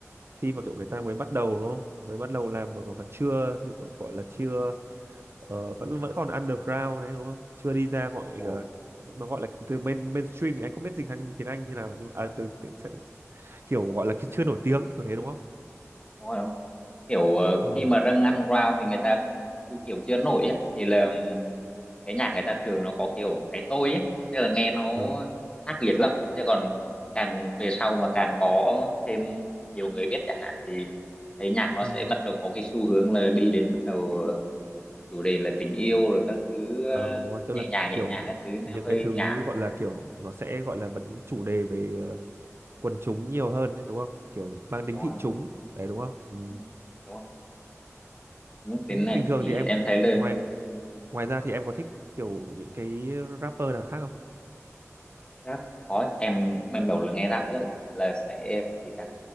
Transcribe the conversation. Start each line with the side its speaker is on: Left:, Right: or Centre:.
Right: khi mà kiểu người ta mới bắt đầu đúng không mới bắt đầu làm mà, mà chưa gọi là chưa ờ, vẫn vẫn còn underground đấy đúng không chưa đi ra gọi
Left: đúng
Right: ờ,
Left: rồi,
Right: mà gọi là từ main mainstream thì anh không biết dịch sang tiếng Anh như nào nhưng mà à, từ, từ sẽ, kiểu gọi là chưa nổi tiếng kiểu thế đúng không
Left: đúng rồi. kiểu ờ,
Right: ừ
Left: khi mà dâng ăn rau thì người ta kiểu, kiểu chưa nổi á thì là cái nhạc người ta thường nó có kiểu cái tôi ấy tức là nghe nó
Right: ừ
Left: khác biệt lắm chứ còn càng về sau mà càng có thêm nhiều người biết chẳng hạn thì thấy nhạc nó
Right: ừ
Left: sẽ bắt đầu có cái xu hướng là đi đến bắt đầu ờ, chủ đề là tình yêu rồi các thứ
Right: ờ
Left: ờ,
Right: đúng rồi tức
Left: nhẹ
Right: là
Left: nhàng nhẹ
Right: kiểu
Left: nhàng
Right: những
Left: các thứ
Right: những
Left: nó hơi
Right: cái thứ
Left: nhảm
Right: gọi là kiểu nó sẽ gọi là vấn chủ đề về ờ, quần chúng nhiều hơn đấy đúng không kiểu mang tính
Left: đúng
Right: thị
Left: rồi đúng
Right: chúng
Left: rồi.
Right: đấy đúng không ừ.
Left: Ừ, đúng không Nhắc
Right: thế
Left: đến này
Right: bình
Left: thì
Right: thường
Left: chỉ
Right: thì em
Left: em thấy là
Right: ngoài ngoài ra thì em có thích kiểu những cái rapper nào khác không
Left: rap có em ban đầu là nghe rap rất là sẽ gì ta